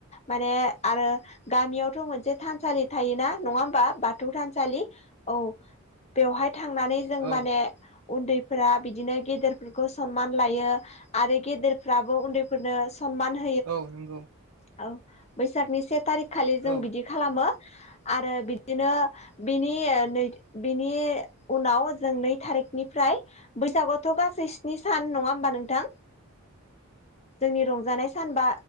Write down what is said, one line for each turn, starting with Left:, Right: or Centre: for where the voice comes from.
Left: माने आरो गामियावथ' मोनसे थानसालि थायोना नङा हमबा बाथौ थानसालि औ। बेवहाय थांनानै जों
Right: औ
Left: माने उन्दैफोरा बिदिनो गेदेरफोरखौ सनमान लायो। आरो गेदेरफ्राबो उन्दैफोरनो सनमान होयो।
Right: औ नंगौ।
Left: औ बैसागनि से थारिख खालि जों
Right: औ
Left: बिदि खालामो आरो बिदिनो बिनि ओ नै बिनि उनाव जों नै थारिखनिफ्राय बैसागुथ' गासै स्नि सान नङा होनबा नोंथां। जोंनि रंजानाय सानबा